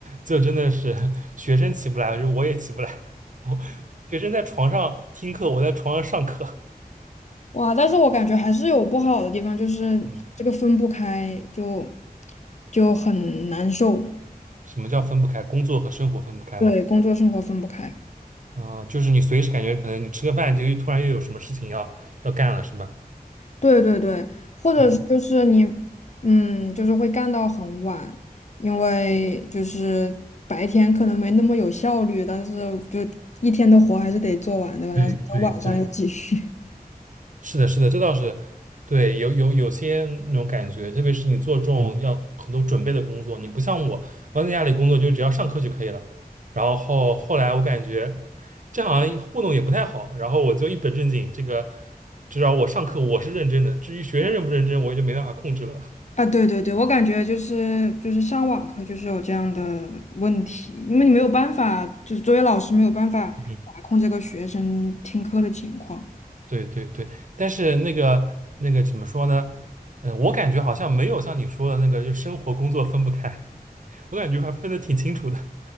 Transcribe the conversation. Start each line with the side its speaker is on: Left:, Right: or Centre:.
Right: 就真的是学生起不来，就我也起不来，<laughs> 我学生在床上听课，我在床上上课。
Left: 哇，但是我感觉还是有不好的地方，就是这个分不开，
Right: 嗯，
Left: 就就很难受。
Right: 什么叫分不开？工作和生活分不开吗？
Left: 对，工作生活分不开。
Right: 啊、就是你随时感觉可能你吃个饭就突然又有什么事情要要干了，是吧？
Left: 对对对，或者是就是你，
Right: 嗯，
Left: 嗯，就是会干到很晚，因为就是白天可能没那么有效率，但是就一天的活还是得做完，对吧？
Right: 对对对。
Left: 然后到晚上又继续。
Right: 是的，是的，这倒是对，有有有些那种感觉，特别是你做这种要很多准备的工作，你不像我，我在家里工作就只要上课就可以了。然后后后来我感觉这好像糊弄也不太好，然后我就一本正经，这个至少我上课我是认真的，至于学生认不认真，我就没办法控制了。
Left: 啊，对对对，我感觉就是就是上网课就是有这样的问题，因为你没有办法，就是作为老师没有办法把控这个学生听课的情况。
Right: <laughs> 嗯，对对对，但是那个那个怎么说呢？嗯、我感觉好像没有像你说的那个，就生活工作分不开，<laughs> 我感觉还分的挺清楚的。